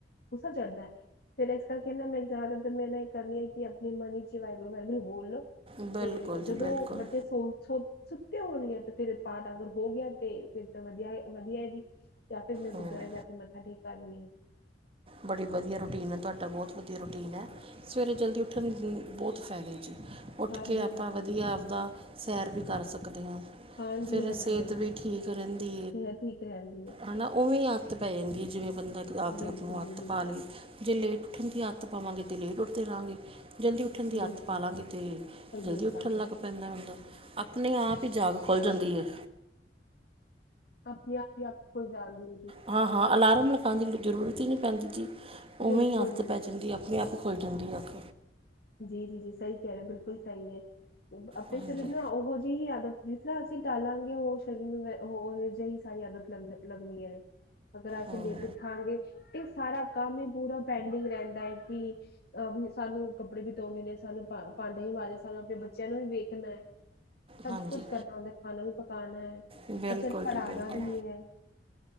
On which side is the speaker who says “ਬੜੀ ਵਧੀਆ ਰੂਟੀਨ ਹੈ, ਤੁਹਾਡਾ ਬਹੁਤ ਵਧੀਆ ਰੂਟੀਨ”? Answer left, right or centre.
Right